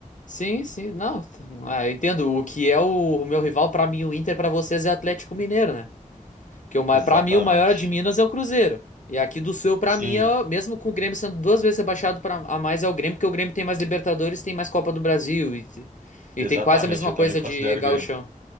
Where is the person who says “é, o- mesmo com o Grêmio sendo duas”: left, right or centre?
Left